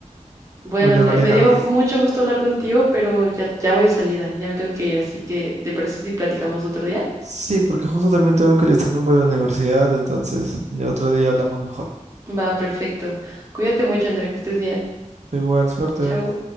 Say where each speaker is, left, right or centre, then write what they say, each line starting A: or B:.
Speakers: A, on the right; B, on the right.
A: Bueno,
B: Bueno,
A: Andrea,
B: Mariana,
A: me dio mucho gusto hablar contigo, pero ya, ya voy de salida, ya me tengo que ir, así que ¿te parece si platicamos otro día?
B: sí, porque justo también tengo que alistarme para la universidad, entonces ya otro día hablamos mejor.
A: Va, perfecto. Cuídate mucho, Andrea, que estés bien.
B: Igual, suerte.
A: Chao.